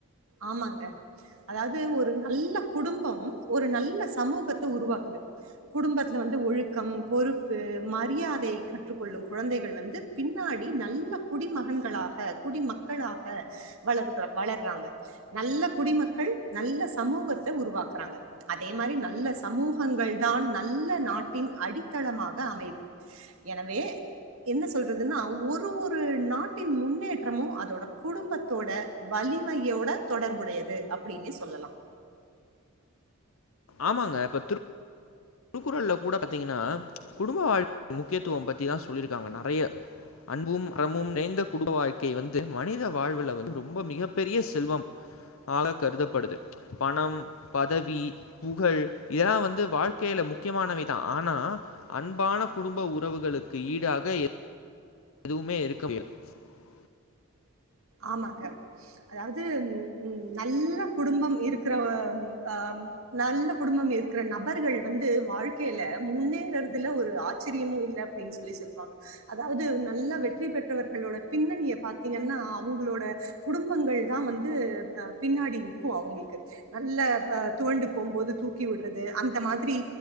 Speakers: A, on the right; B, on the left.
A: ஆமாங்க அதாவது ஒரு நல்ல குடும்பம் ஒரு நல்ல சமூகத்தை உருவாக்குது குடும்பத்துல வந்து ஒழுக்கம் பொறுப்பு மரியாதை கற்றுக்கொள்ளும் குழந்தைகள் வந்து பின்னாடி நல்ல குடிமகன்களாக குடிமக்களாக வளர்துட்றாங்க வளர்றாங்க நல்ல குடிமக்கள் நல்ல சமூகத்தை உருவாக்குறாங்க அதே மாதிரி நல்ல சமூகங்கள் தான் நல்ல நாட்டின் அடித்தளமாக அமையுது எனவே என்ன சொல்றதுன்னா ஒரு ஒரு நாட்டின் முன்னேற்றமும் அதோட குடும்பத்தோட வலிமையோட தொடர்புடையது அப்படின்னு சொல்லலாம்
B: ஆமாங்க இப்ப திருப் திருக்குறள்ல கூட பாத்தீங்கன்னா குடும்ப வாழ்க்கை முக்கியத்துவ பத்திதா சொல்லியிருக்காங்க நெறைய அன்பும் அறமும் நிறைந்த குடும்ப வாழ் வந்து மனித வாழ்வுல வந்து ரொம்ப மிகப்பெரிய செல்வம் ஆக கருதப்படுது பணம் பதவி புகழ் இதெல்லா வந்து வாழ்- க்கைல முக்கியமானவைதா ஆனா அன்பான குடும்ப உறவுகளுக்கு ஈடாக எ எதுவுமே இருக்க <unintelligible>
A: ஆமாங்க அதாவது உம் ம் நல்ல குடும்பம் இருக்கிற அஹ் நல்ல குடும்பம் இருக்கிற நபர்கள் வந்து வாழ்க்கையில முன்னேறதுல ஒரு ஆச்சரியமும் இல்ல அப்படின்னு சொல்லி சொல்லுவாங்க அதாவது நல்ல வெற்றி பெற்றவர்களோட பின்னணிய பாத்தீங்கன்னா அவ் அவுங்களோட குடும்பங்கள் தா வந்து பின்னாடி நிற்கு அவுங்களுக்கு நல்ல ஆஹ் துவண்டு போம்போது தூக்கி விடுறது அந்த மாரி